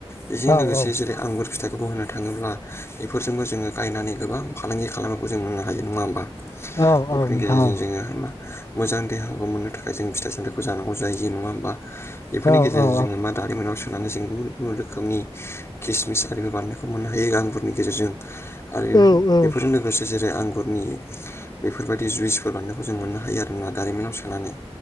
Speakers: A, on the left; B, on the left.
A: बेजों
B: औ
A: लोगोसे
B: औ
A: जेरै आंगुर फिथाइखौबो होननो थाङोब्ला बेफोरजोंबो जोङो गायनानै गोबां फालांगि खालामनायखौ जों मोननो हायो नङा होमबा
B: औ
A: बेफोरनि
B: औ नोंथां
A: गेजेरजों जोङो मा मोजां देहाखौ मोननो थाखाय जों फिथाइ सामथाइखौ जानांगौ जायो नङा होमबा बेफोरनि
B: औ औ
A: गेजेरजों
B: औ
A: जोङो मा दारिमिनाव सोनानै जों गुबुन गुबुन रोखोमनि किसमिस आरिखौ बानायनायखौ मोननो हायो आंगुरनि गेजेरजों आरो
B: औ औ
A: बेफोरजों लोगोसे जेरै आंगुर फोरनि बेफोरबायदि जुइसफोर बान्नायखौ जों मोननो हायो आरो ना दारिमिनाव सोनानै